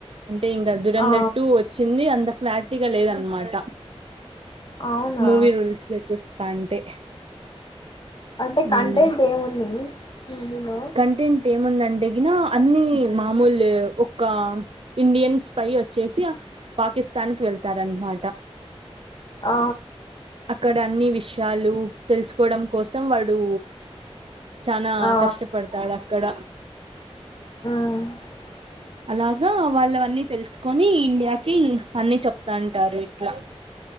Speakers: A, on the right (about 60°); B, on the left (about 45°).
A: అంటే ఇంకా దురంధర్
B: ఆ
A: టూ వచ్చింది అంత క్లేరిటిగా లేదన్నమాట.
B: అవునా
A: మూవీ రూల్స్ లో చూస్తా అంటే
B: అంటే
A: ఉమ్
B: కంటెంట్ ఏముంది? మూవీలో
A: కంటెంట్ ఏం ముందంటేగిన అన్ని మామూలు ఒక్క ఇండియన్స్ పై వచ్చేసి అ పాకిస్తాన్ కి వెళ్తారన్నమాట
B: ఆ
A: అక్కడ అన్ని విషయాలు తెలుసుకోవడం కోసం వాడూ చానా
B: ఆ
A: కష్టపడతాడక్కడ
B: మ్
A: అలాగా వాళ్ళవన్నీ తెలుసుకొని ఇండియాకి అన్ని చెప్తాంటారు ఇట్లా